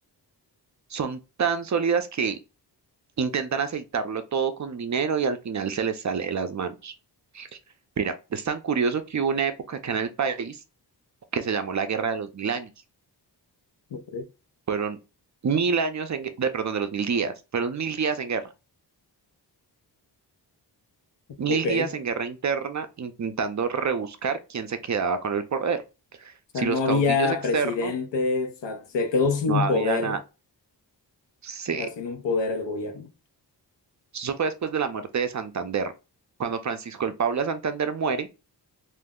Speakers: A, on the right (about 45°); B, on the left (about 85°).
A: son tan sólidas que Intentan aceitarlo todo con dinero y al final se les sale de las manos. Mira, es tan curioso que hubo una época acá en el país que se llamó la Guerra de los Mil Años.
B: Ok.
A: Fueron mil años en, gue- de, perdón, de los mil días. Fueron mil días en guerra. Mil
B: Ok.
A: días en guerra interna intentando rebuscar quién se quedaba con el poder.
B: O sea,
A: Si
B: no
A: los caudillos
B: había
A: externos
B: presidente, o sea, se quedó sin
A: no había
B: poder,
A: nada. Sí.
B: o sea, sin un poder el gobierno.
A: Eso fue después de la muerte de Santander. Cuando Francisco el Paula Santander muere,